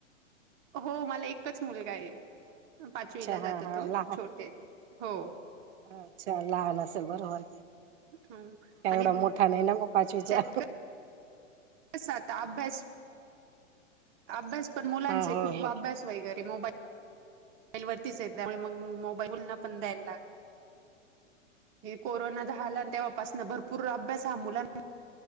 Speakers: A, on the right (about 30°); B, on the right (about 55°).
A: हो मला एकच मुलगा आहे पाचवीला
B: अच्छा हा
A: जातो
B: हा
A: तो
B: लहान
A: छोटे हो
B: अच्छा लहान असेल बरोबर
A: हम आणि
B: एवढा मोठा काय नाही ओ मग पाचवीचा
A: त्यात कस आता अभ्यास अभ्यास पण मुलांचे
B: हो हो
A: खुप
B: हो
A: अभ्यास वगैरे मोबाईल मोबाईल वरतीच आहे त्यामुळे मग मोबाईल पुन्हा पण द्यायला लाग- कोरोना झाला तेव्हापासन भरपूर अभ्यास हां मुलांना